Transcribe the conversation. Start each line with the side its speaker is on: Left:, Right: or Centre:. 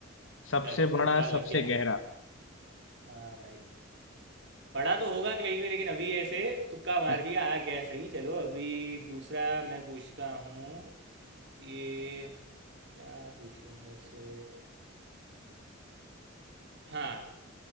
Left: सबसे
Right: चलो
Left: बड़ा
Right: तुक्का लग
Left: सबसे
Right: गया
Left: गहरा
Right: हाँ भाई पढ़ा तो होगा कहीं भी लेकिन अभी ऐसे तुक्का
Left: <laughs>
Right: मार दिया आ गया सही चलो अभी दूसरा मैं पूछता हूँ ये क्या पूछूँ ऐसे हाँ